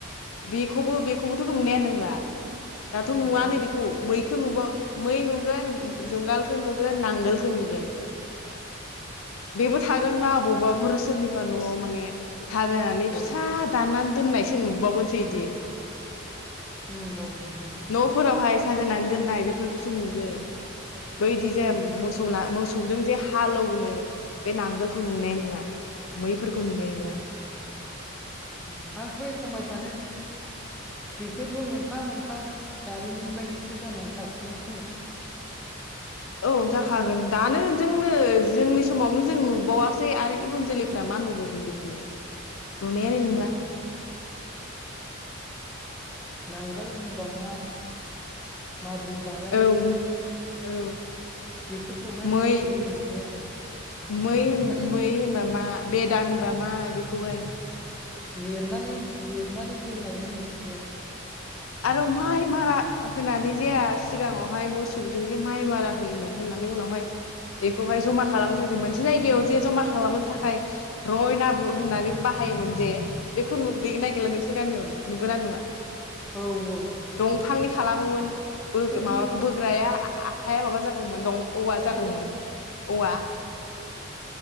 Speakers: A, on the left; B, in the centre.
A: बेखौबो बेखौबोथ' नुनायानोंला। दाथ'
B: ओहो
A: नुवानो बेखौ मै खो बो मै नुगोन जुंगालखौ नुगोन नांगोलखौ नुगोन बेबो थागोन मा अबावबाफोर सोरनिबा न'आव माने साजायनानै
B: औ
A: फिसा दाननानै दोननायसो नुबावगोन। <unintelligible>
B: उम औ नोंगौ नोंगौ।
A: न'फोरावहाय साजायनानै दोननाय बेफोरखौसो नुगोन। बैदि जेम
B: औ बे
A: मोसौ ला मोसौ सौजों जे हालौनो बे नांगोलखौ नुनाय नोंङा मैफोरखौ नुनाय नोंङा।
B: उम आंथ' एखम्बा माने बेफोरबो मोनफा मोनफा जारिमिन बायदिसो जानानै थासिगोन खोमा।
A: औ जाखागोन दानो जोंनो जोंनि समावनो जों नुबावासै आरो इयुन जोलैफ्रा मा नुबावगोन बेखौलाय। नुनायानो नोंला।
B: औ नांगोन होनबा मा माब्रै बानायो
A: औम औ
B: बेफोरखौहाय
A: मै
B: मिथिनाय नंलिया आरो
A: मै होन
B: खालि
A: मै होनबा मा बेदा होनबा मा बे खौहाय
B: लिरनानै लिरनानै दोननायल' नुसि गोन।
A: आरो माइ मारा होनानै जे सिगाङावहाय मोसौजों जे माइ मारा होयोमोन होननानै उनावहाय बेखौहाय जमा खालाम जायखौ मोनसे जायगायाव जे जमा खालामनो थाखाय रयना होननानै बाहायोमोन जे बेखौ नु गैगोना गैला नोंसोर गामियावलाय नुगोन ना नुवा।
B: औ औ
A: दंफांनि खालामोमोन। बो
B: जोंनिजोंबोथ'
A: माबा बोग्राया आ-आखाइया माबा जागौमोन दं औवा
B: नुनाय
A: जागौमोन
B: जाला
A: औवा।